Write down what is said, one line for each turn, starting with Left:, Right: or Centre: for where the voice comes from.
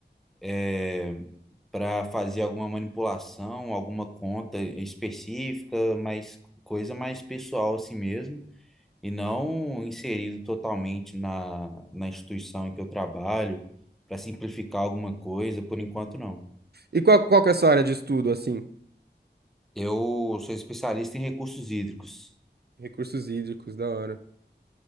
Centre: é, para fazer alguma manipulação, alguma conta específica, mas coisa mais pessoal assim mesmo, e não inserido totalmente na, na instituição em que eu trabalho, para simplificar alguma coisa, por enquanto não.
Right: E qual, qual que é a sua área de estudo, assim?
Centre: Eu sou especialista em recursos hídricos.
Right: Recursos hídricos, da hora.